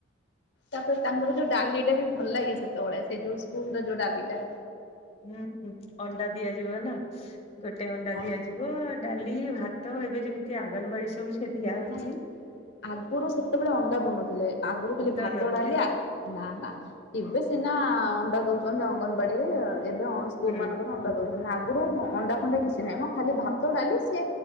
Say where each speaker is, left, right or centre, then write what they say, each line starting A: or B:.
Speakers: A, on the left; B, on the left.
A: ତାପରେ ତାଙ୍କର ଯୋଉ ଡାଲିଟା ବି ଭଲ ଲାଗେ ସେତେବେଳେ ସେ ଯଉ ସ୍କୁଲର ଯୋଉ ଡାଲିଟା।
B: ହୁଁ ହୁଁ ଅଣ୍ଡା ଦିଆଯିବ ନା ଗୋଟେ ଅଣ୍ଡା
A: ଅନ୍
B: ଦିଆଯିବ। <unintelligible> ଡାଲି ଭାତ ଏବେ ଯେମିତି ଆଗନବାଡି ସବୁ ଦିଆ ହଉଛି।
A: ନାଇଁ ଆଗରୁ ସେତେବେଳେ ଅଣ୍ଡା ଦଉନଥିଲେ ଆଗରୁ ଖାଲି
B: ଦଉନଥିଲେ
A: ଭାତ ଡାଲିଆ ନା ନା ଏବେ ସିନା ଅଣ୍ଡା ଦଉଛନ୍ତି ଅଙ୍ଗନବାଡିରେ ଏବେଅ ସ୍କୁଲ
B: ହୁଁ
A: ମାନଙ୍କରେ ଅଣ୍ଡା ଆଗରୁ ଅଣ୍ଡା ଫଣ୍ଡା କିଛି ନାହିଁ ମଁ ଖାଲି ଭାତ ଡାଲି ସେ